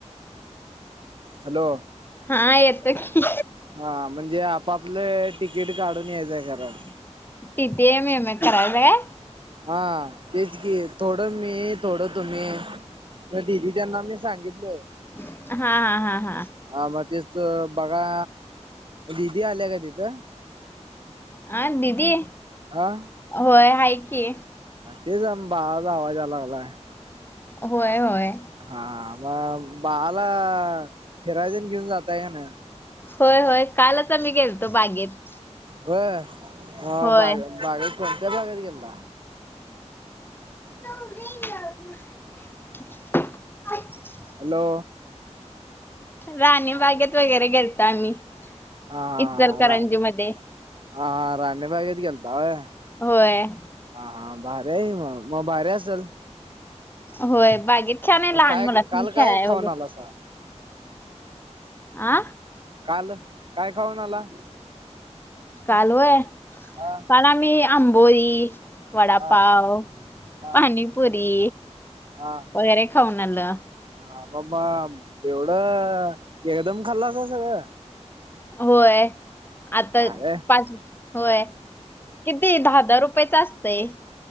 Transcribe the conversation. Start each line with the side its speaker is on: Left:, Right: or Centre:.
Right: हॅलो
Left: हा येतो की.
Right: हा म्हणजे आपापलं तिकीट काढून यायचंय खरं.
Left: टी टी एम एम करायच काय.
Right: हा तेच की थोडं मी थोडं तुम्ही दिदी त्यांना मी सांगितलोय.
Left: हा, हा, हा, हा.
Right: हा मग तेच तर बघा. दिदी आल्या का तिथं?
Left: हा दीदी?
Right: हा.
Left: होय हाय की.
Right: तेच बाळाचा आवाज याय लागलाय.
Left: होय होय.
Right: हा मग बाळाला फीराय तेन घेऊन जाताय काय नाही?
Left: होय होय कालच आम्ही गेलतो बागेत.
Right: होय. मग
Left: होय
Right: बाग बाग कोणत्या बागेत गेलता?
Left: <unintelligible>
Right: हॅलो.
Left: रानी बागेत वगैरे गेलतो आम्ही.
Right: हा हा हा
Left: इचलकरंजी
Right: रा
Left: मध्ये
Right: हा हा राणी बागेत गेलता होय.
Left: होय.
Right: हा हा भारी आहे की मग मग भारी असल.
Left: होय बागे छान आहे
Right: मग
Left: लहान
Right: काय
Left: मुलासनी
Right: काल काय
Left: खेळायला
Right: खाऊन
Left: वगैरे
Right: आला सा
Left: अ
Right: काल काय खाऊन आला?
Left: काल होय
Right: हा
Left: काल आम्ही आंबोली, वडापाव,
Right: हा हा
Left: पाणीपुरी
Right: हा
Left: वगैरे खाऊन आलं.
Right: हा बाबा एवढं एकदम खाल्लासा सगळं?
Left: होय आता
Right: अरे
Left: पाच होय किती दहा दहा रुपयच असतंय.